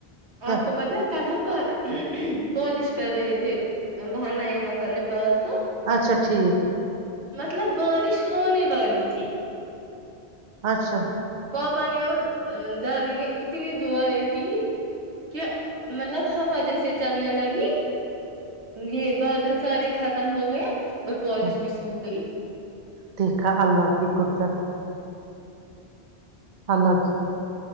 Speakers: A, on the right; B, on the right.
A: کیا
B: آپ کو پتا ہے کل ہم پر پھی پالش کر رہے تھے وہاں ن مک میں پات
A: اچھا ٹھیک
B: مطلب بارش ہونے والی تھی
A: اچھا
B: پاپا نے اور دادی نے اتنی دعائیں کی کہ مطلب ہوا جیسے چلنے لگی یہ بادل سارے ختم ہو گئے اور پالش
A: ہوں،
B: بھی سوکھ گئی
A: دیکھا اللہ کی قدرت اللہو <unintelligible>